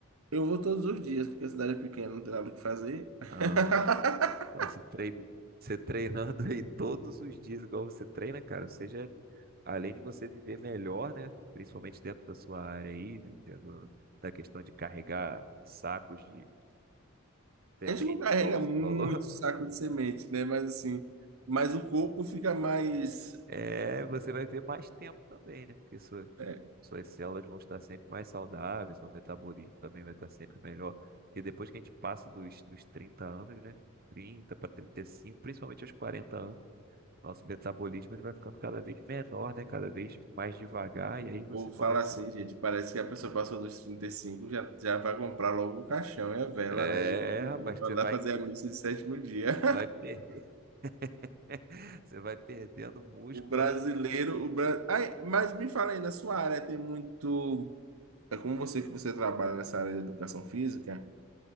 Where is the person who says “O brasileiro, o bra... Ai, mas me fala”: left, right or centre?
Right